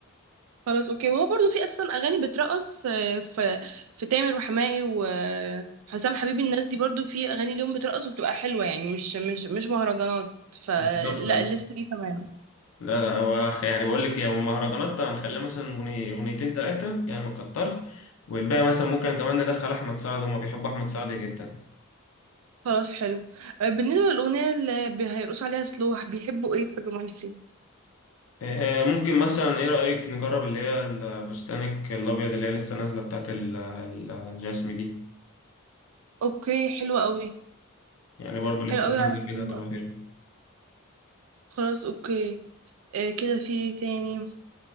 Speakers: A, on the right; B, on the left.
A: خلاص اوكي وهو برضو في اصلا اغاني بترقص آه، في في تامر وحماقي وحسام حبيبي الناس دي برضو في اغاني ليهم بترقص وبتبقى حلوة يعني مش مش مش مهرجانات فلا
B: بالظبط آه.
A: الليست دي تمام
B: لا لا هو أخ- يعني بقول لك يعني المهرجانات هنخليها مثلا أغني- أغنيتين تلاتة يعني ما نكترش والباقي مثلا ممكن كمان ندخل أحمد سعد هما بيحبوا أحمد سعد جدا
A: خلاص حلو آه، بالنسبة للأغنية اللي بي- هيرقصوا عليها سلوح بيحبوا ايه في الرومانسي
B: آه، ممكن مثلا ايه رأيك نجرب اللي هي الفستانك الابيض اللي هي لسه نازله بتاعت ال- الجاسمي دي
A: اوكي حلوة قوي
B: يعني برضو
A: حلوة
B: لسه
A: قوي
B: نازله
A: هيحبوها
B: كده هتبقى حلوه
A: خلاص اوكي آه، كده في إيه تاني